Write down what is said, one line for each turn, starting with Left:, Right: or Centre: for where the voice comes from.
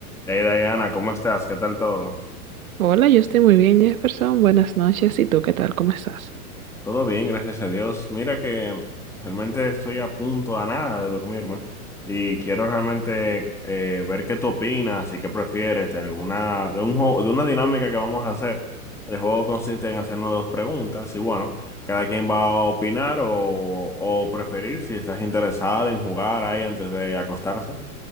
Centre: Hey Diana, ¿cómo estás? ¿Qué tal todo?
Right: Hola, yo estoy muy bien, Jefferson. Buenas noches. ¿Y tú qué tal? ¿Cómo estás?
Centre: Todo bien, gracias a Dios. Mira que realmente estoy a punto a nada de dormirme y quiero realmente eh, ver qué tú opinas y qué prefieres de alguna de un juego, de una dinámica que vamos a hacer. El juego consiste en hacernos dos preguntas y bueno, cada quien va a opinar o, o preferir si estás interesada en jugar ahí antes de acostarse.